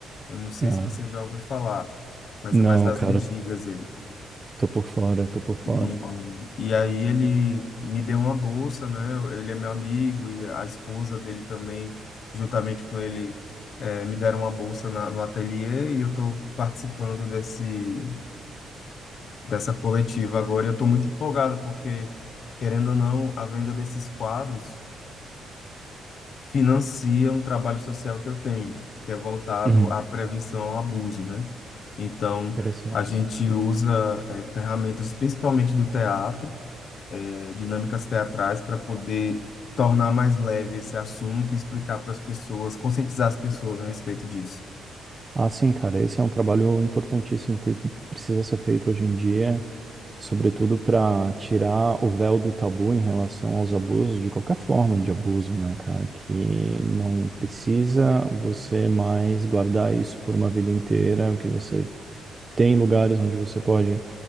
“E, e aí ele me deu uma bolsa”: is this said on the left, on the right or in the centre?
Left